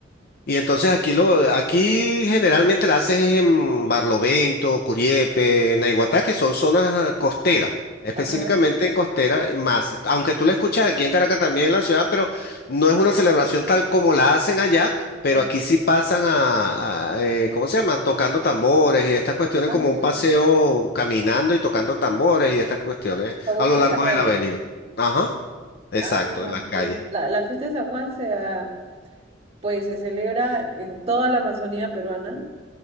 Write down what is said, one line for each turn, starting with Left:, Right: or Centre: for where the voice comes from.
Left: Y entonces aquí lo, aquí generalmente la haces en Barlovento, Curiepe, Naiguatá, que son zonas ah, costeras, específicamente
Right: ajá,
Left: en costera más. Aunque tú la escuchas aquí en Caracas también en la ciudad, pero no es una celebración tal como la hacen allá, pero
Right: ajá.
Left: aquí sí pasan a, a, eh, ¿cómo se llama? Tocando tambores y estas cuestiones
Right: Ah,
Left: como
Right: mira,
Left: un paseo caminando y tocando tambores y estas cuestiones
Right: como
Left: a
Right: un
Left: lo
Right: pasacalle.
Left: largo de la avenida. Ajá, exacto,
Right: Ah, mira.
Left: en las calles.
Right: Y la, la fiesta de San Juan se, ah, pues, se celebra en toda la Amazonía peruana.